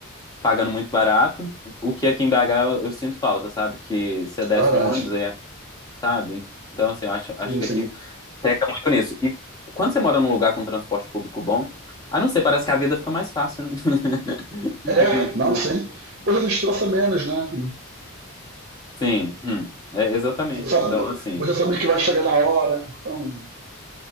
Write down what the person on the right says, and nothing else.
É verdade.
Sim,
sim.
É,
não, sim. Você destroça menos, né? Hum.
Você sabe,
você sabe que vai chegar na hora. Então,